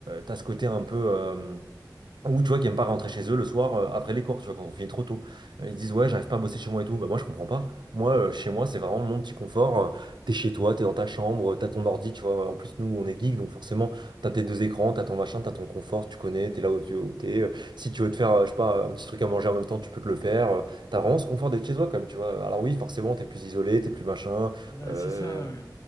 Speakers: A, on the right; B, on the left.
A: tu as ce côté un peu. euh, ou tu vois, qui aiment pas rentrer chez eux le soir euh, après les cours, tu vois, quand on finit trop tôt. Euh, ils disent, ouais, j'arrive pas à bosser chez moi et tout. Bah, moi, je comprends pas. Moi, euh, chez moi, c'est vraiment mon petit confort. Euh, t'es chez toi, t'es dans ta chambre, euh, t'as ton ordi, tu vois. En plus, nous, on est geeks, donc forcément, t'as tes deux écrans, t'as ton machin, t'as ton confort, tu connais, t'es là où tu où t'es. Euh, si tu veux te faire, euh, je sais pas, un petit truc à manger en même temps, tu peux te le faire. Euh, t'as vraiment ce confort d'être chez toi, quand même, tu vois. Alors oui, forcément, t'es plus isolé, t'es plus machin.
B: Bah,
A: Euh,
B: c'est ça, ouais.